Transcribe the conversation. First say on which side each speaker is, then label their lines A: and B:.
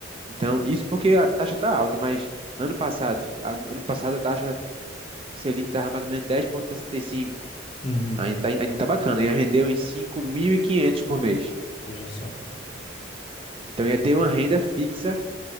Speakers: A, on the right (about 25°); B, on the left (about 25°).
A: Então, isso porque a taxa está alta, mas ano passado, ano ano passado a taxa Selic estava mais ou menos dez vírgula sessenta e cinco
B: uhum.
A: Ainda está ainda tá bacana, ia render em 5.500 por mês.
B: Veja só.
A: Então, ia ter uma renda fixa